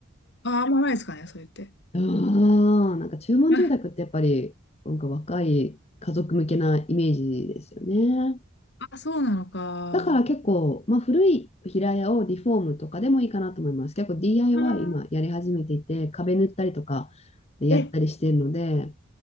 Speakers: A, on the left; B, on the left.
A: ああ、あんまないですかね、それって。
B: <laughs> ああ、なんか注文住宅ってやっぱり、
A: <laughs>
B: なんか若い家族向けなイメージですよね。
A: あ、そうなのか。
B: だから結構、まあ古い平屋をリフォームとかでもいいかなと思います。結構 DIY
A: あー
B: 今やり始めていて、壁塗ったりとかやったりしてるので、
A: え、